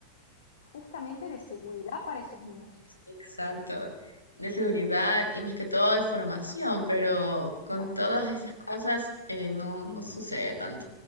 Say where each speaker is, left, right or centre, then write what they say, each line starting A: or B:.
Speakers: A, on the left; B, on the left.
A: justamente de seguridad para esos niños.
B: Exacto, de seguridad y más que todo de formación, pero con
A: Exacto.
B: todas estas cosas eh, no, no sucede tanto.